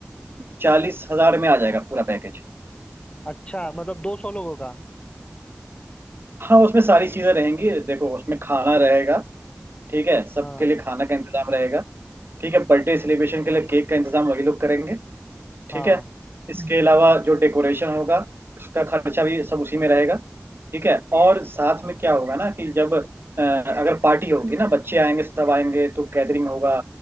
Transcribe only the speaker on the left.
अच्छा मतलब दो सौ लोगों का
हाँ
हाँ